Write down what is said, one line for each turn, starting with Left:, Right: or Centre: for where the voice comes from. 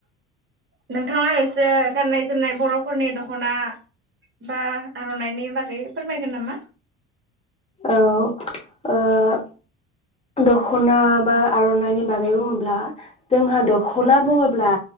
Right: नोंथाङा एसे गाननाय जोमनाय बरफोरनि दखना बा आरनाइनि बागै फोरमायगोन नामा।
Left: औ दखना बा आरनाइनि बागै बुङोब्ला जोंहा दखना
Right: औ
Left: बुङोब्ला